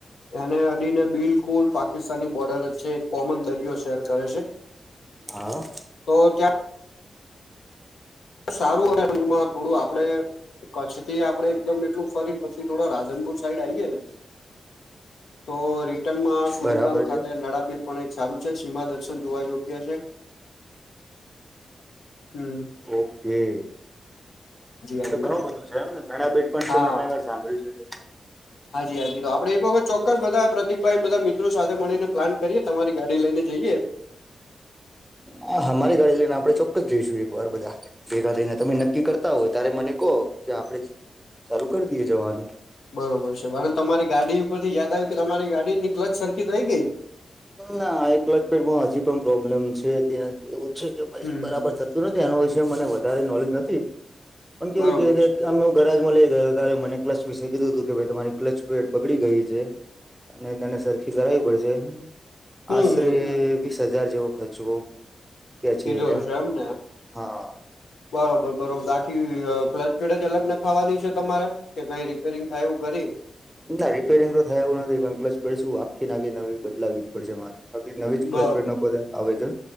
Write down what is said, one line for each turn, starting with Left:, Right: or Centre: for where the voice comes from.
Left: એને અડીને બિલકુલ પાકિસ્તાની બોર્ડર જ છે એક કોમન દરિયો શેર કરે છે
Centre: હા
Left: તો ક્યા સારું હોય એણમાં થોડું આપડે કચ્છ થી આપડે એકદમ એટલું ફરી પછી થોડા રાધનપુર સાઈડ આએે ને તો રિટર્નમાં સુઈ
Centre: બરાબર
Left: ગામ ખાતે
Centre: છે
Left: નડાબીર પણ એક સારું છે સીમા દર્શન જોવા યોગ્ય છે હમ
Centre: ઓકે
Left: હાજી
Centre: તો ઘણું બધું છે એમને ઘણા બેટ પણ
Left: હા
Centre: છે ને સાંભળીું
Left: હાજી હા આપડ એક વખત ચોક્કસ બધા પ્રતિકભાઈ બધા મિત્રો સાથે મળીને પ્લાન કરીએ તમારી ગાડી લઈને જઈએ
Centre: હા અમારી ગાડી લઈને આપડે ચોક્કસ જઈશું એક વાર બધા ભેગા થઈને તમે નક્કી કરતા હોય ત્યારે મને કહો કે આપણે ચાલુ કરી દઈએ જવાનું
Left: બરોબર છે પણ તમારી ગાડી ઉપર થી યાદ આવી કે તમારી ગાડીની ક્લચ સરખીટ રહી ગઈ
Centre: ના એકલ જ પેટમાં હજી પણ પ્રોબ્લેમ છે ત્યાં એવું છે કે પછી
Left: હમ્મ
Centre: બરાબર
Left: હમ્મ
Centre: થ નથી એનો વિષ મને વધારે નોલેજ નથી પણ કેવું
Left: બરોબર
Centre: કે
Left: છે બરોબર
Centre: અમે કરરાજમાં
Left: છે
Centre: લઈ ગયો ત્યારે મને ક્લચ વિશે કીધું હતું કે ભાઈ તમારી ક્લચ પેડ બગડી ગઈ છે અને તને સરખી કરાવવી પડશે
Left: હમ્મ
Centre: આશરે
Left: હમ્મ હમ્મ
Centre: વીસ હજાર જેવો ખર્ચવો કે છે
Left: કીધો
Centre: એ રહ્યા,
Left: હશે એમને
Centre: હા.
Left: બરોબર બરોબર બાકી ક્લચ ફેડ અજ અલગ ના થાવાની છે તમારે કે કઈ રિપેરિંગ થાયું કરી.
Centre: ના રિપેરિંગ તો થયા એવું નથી પણ પ્લસ શું આખી નાખી નવી બદલાવવી જ પડશે મારે નવી જ
Left: બ
Centre: ક્લચપેડ નાતે આવે છે